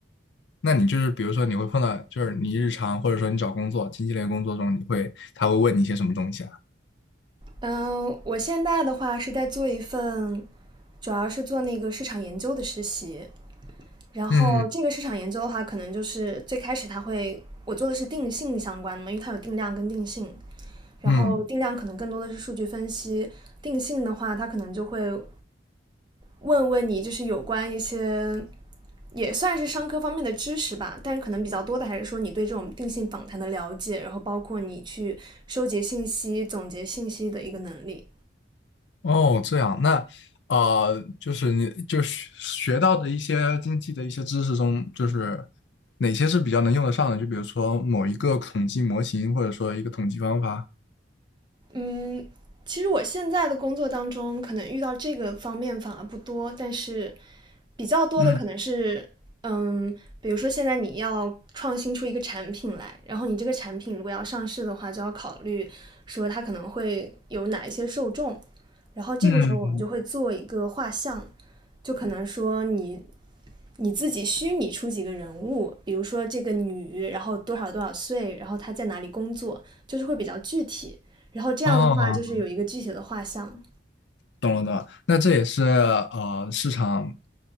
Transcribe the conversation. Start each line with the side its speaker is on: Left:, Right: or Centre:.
Left: 那你就是比如说你会碰到，就是你日常或者说你找工作，经济类工作中，你会他会问你一些什么东西啊？
Right: 嗯，我现在的话是在做一份，主要是做那个市场研究的实习。然后这个市场研究的话，
Left: 嗯
Right: 可能就是最开始它会，我做的是定性相关的嘛，因为它有定量跟定性。然后定量可能更多的是数据分析，
Left: 嗯，
Right: 定性的话，它可能就会问问你，就是有关一些也算是商科方面的知识吧，但是可能比较多的还是说你对这种定性访谈的了解，然后包括你去收集信息、总结信息的一个能力。
Left: 哦，这样，那呃，就是你就是学到的一些经济的一些知识中，就是哪些是比较能用得上的？就比如说某一个统计模型，或者说一个统计方法。
Right: 嗯，其实我现在的工作当中，可能遇到这个方面反而不多，但是比较多的可能是，
Left: 嗯
Right: 嗯，比如说现在你要创新出一个产品来，然后你这个产品如果要上市的话，就要考虑说它可能会有哪一些受众，然后这个时候我们就会做一个画像，
Left: 嗯，
Right: 就可能说你你自己虚拟出几个人物，比如说这个女，然后多少多少岁，然后她在哪里工作，就是会比较具体，然后这样的话就是有一个具体的画像。
Left: 哦，懂了懂了，那这也是呃市场